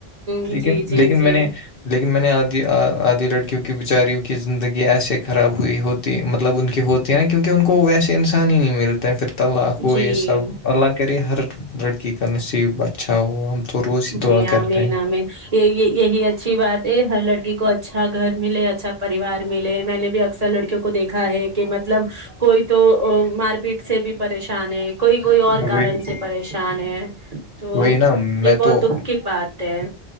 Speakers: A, on the right (about 35°); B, on the left (about 60°).
A: جی
B: لیکن
A: جی
B: لیکن
A: جی
B: میں نے لیکن میں نے آدھی آدھی لڑکیوں کی بیچاریوں کی زندگی ایسے خراب ہوئی ہوتی مطلب ان کی ہوتی ہے نا کیونکہ ان کو ویسے انسان ہی نہیں ملتا پھر طلاق وہ
A: جی
B: یہ سب اللہ کرے ہر لڑکی کا نصیب اچھا ہو تو روز ہی دعا
A: جی آ
B: کرتے
A: مین
B: ہیں
A: میں یہ یہی اچھی بات ہے ہر لڑکی کو اچھا گھر ملے اچھا پریوار ملے میں نے بھی ا اثر لڑکیوں کو دیکھا ہے کہ مطلب کوئی تو مار پیٹ سے بھی پریشان ہے کوئی کوئی اور
B: وہی
A: کارن سے پریشان ہے تو
B: وہی نا
A: یہ
B: میں
A: بہت
B: تو
A: دکھ کی بات ہے